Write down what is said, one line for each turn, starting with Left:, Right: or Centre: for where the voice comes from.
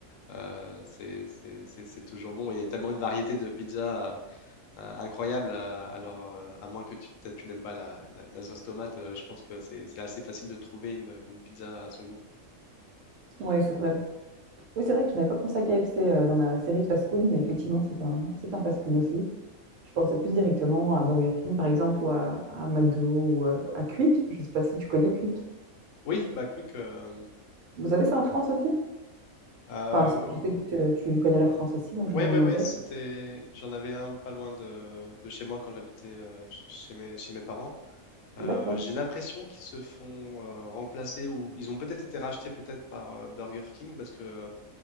Left: euh, c'est c'est- c'est- c'est toujours bon. Il y a tellement une variété de pizzas euh, incroyable. euh, alors, euh, à moins que tu, t- tu n'aimes pas la, la- la sauce tomate, euh, je pense que c'est c'est assez facile de trouver une, une pizza à son goût.
Right: ouais, c'est vrai. Oui, c'est vrai que je n'avais pas pensé à KFC euh, dans la série de fast-food, mais effectivement, c'est un, c'est un fast-food aussi. Je pensais plus directement à Burger King, par exemple, ou à, à McDo, ou à, à Quick. Je ne sais pas si tu connais Quick.
Left: Oui, bah quick. euh,
Right: Vous avez ça en France aussi?
Left: euh,
Right: Enfin, c'est- je sais que te- tu connais la France aussi, donc je
Left: Ouais,
Right: me demandais.
Left: ouais, ouais, c'était... J'en avais un pas loin de, de chez moi quand j'habitais euh, chez mes, chez mes parents. Euh,
Right: D'accord.
Left: j'ai l'impression qu'ils se font euh, remplacer ou ils ont peut-être été rachetés peut-être par euh, Burger King parce que